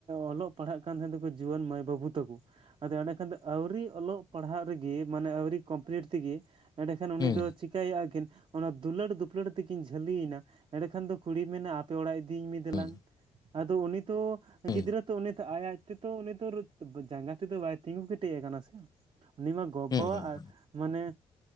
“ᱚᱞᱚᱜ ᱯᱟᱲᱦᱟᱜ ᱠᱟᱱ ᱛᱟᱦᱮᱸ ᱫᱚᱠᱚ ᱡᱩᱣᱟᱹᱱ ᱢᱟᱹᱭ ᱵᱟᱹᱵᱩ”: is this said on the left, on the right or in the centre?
Right